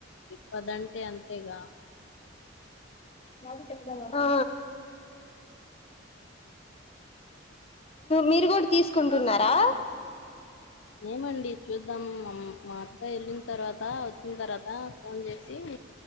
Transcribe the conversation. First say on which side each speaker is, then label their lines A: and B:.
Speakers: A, on the left (about 70°); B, on the left (about 30°).
A: పదంటే అంతేగా
B: హ మీరు కూడా తీసుకుంటున్నారా
A: ఏమండి చూద్దమా ఉ మా అత్తయ్య ఎళ్ళిన తర్వాత వచ్చిన తర్వాత ఫోన్ చేసి